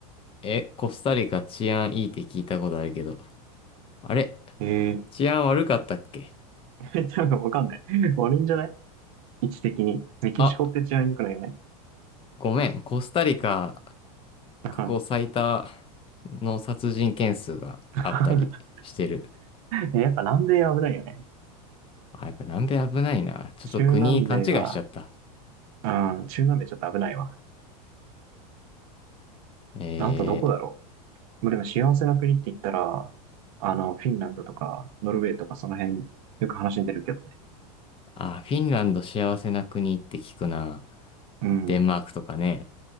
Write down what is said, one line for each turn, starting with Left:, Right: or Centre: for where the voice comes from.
Left: え、コスタリカ治安いいって聞いたことあるけど。あれ
Right: え
Left: 治安悪かったっけ
Right: え、多分わかんない。悪いんじゃない位置的に。メキシコって治安良くないよね。
Left: あ、ごめん。コスタリカ
Right: うん
Left: 過去最多の殺人件数があったりしてる。
Right: <laughs> やっぱ南米は危ないよね。
Left: あ、やっぱ南米危ないな。ちょっと国勘違いしちゃった。
Right: 中南米は、うん、中南米ちょっと危ないわ。
Left: えー
Right: あとどこだろう。まあでも幸せな国って言ったら、あの、フィンランドとか、ノルウェーとかその辺、よく話に出るけどね。
Left: あ、フィンランド幸せな国って聞くな。
Right: うん。
Left: デンマークとかね。